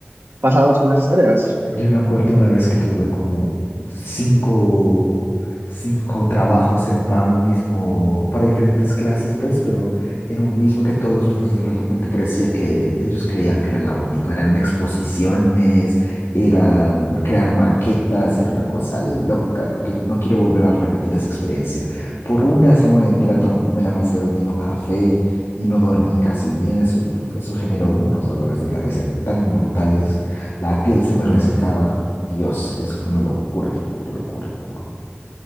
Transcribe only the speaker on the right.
pasados con esas tareas.